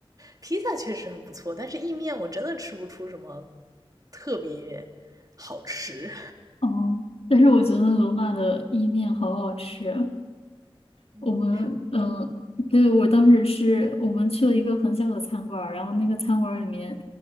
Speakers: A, on the right; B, on the left.
A: 披萨确实很不错，但是意面我真的吃不出什么特别好吃。
B: 哦，但是我觉得罗马的意面好好吃，
A: 嗯
B: 我们呃，对，我当时是我们去了一个很小的餐馆儿然后那个餐馆儿里面，